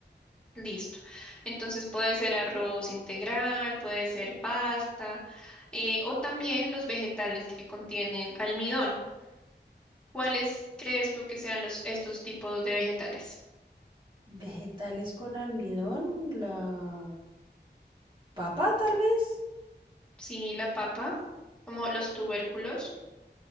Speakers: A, in the centre; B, on the right (about 25°).
A: Listo. Entonces puede ser arroz integral, puede ser pasta, eh, o también los vegetales que contienen almidón. ¿Cuáles crees tú que sean los, estos tipos de vegetales?
B: Vegetales con almidón, la papa tal vez,
A: Sí, la papa, como los tubérculos,